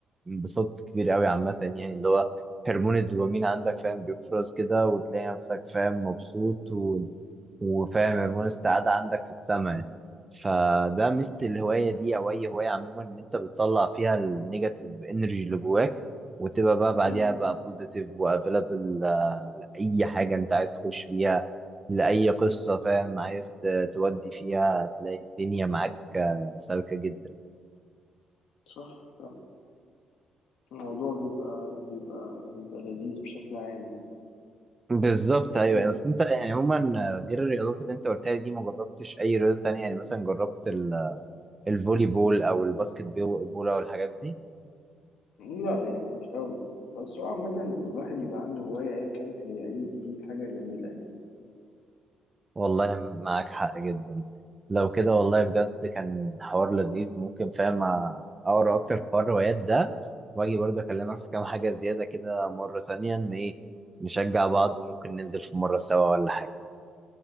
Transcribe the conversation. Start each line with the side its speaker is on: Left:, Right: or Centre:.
Right: انبساط كبير قوي عامة يعني اللي هو هرمون الدوبامين عندك فاهم بيفرز كده وتلاقي نفسك فاهم مبسوط و... وفاهم هرمون السعادة عندك في السماء يعني. فده ميزة الهواية دي أو أي هواية عموما إن أنت بتطلع فيها النيجاتيف إنرجي اللي جواك وتبقى بقى بعديها
Left: مم.
Right: بقى بوزيتيف وأفيلابل لأي حاجة أنت عايز تخش فيها لأي قصة فاهم عايز ت- تودي فيها هتلاقي الدنيا معاك آه، سالكة جدا.
Left: صح صح الموضوع بيبقى بيبقى بيبقى لذيذ بشكل عام يعني
Right: بالظبط ايوه
Left: مم.
Right: يعني اصل انت يعني عموما غير الرياضات اللي انت قلتها دي ما جربتش اي رياضه تانية يعني مثلا جربت ال- الفولي بول او الباسكت بيو- بول او الحاجات دي
Left: لا يعني مش أوي بس هو عامة الواحد يبقى عنده هواية أيا كانت هي إيه دي حاجة جميلة يعني
Right: والله معاك حق جدا لو كده والله بجد كان حوار لذيذ ممكن فاهم اقرا اكتر في حوار الروايات ده واجي برضه اكلمك في كام حاجه زياده كده مره ثانيه ان ايه نشجع بعض وممكن ننزل في مره سوا ولا حاجه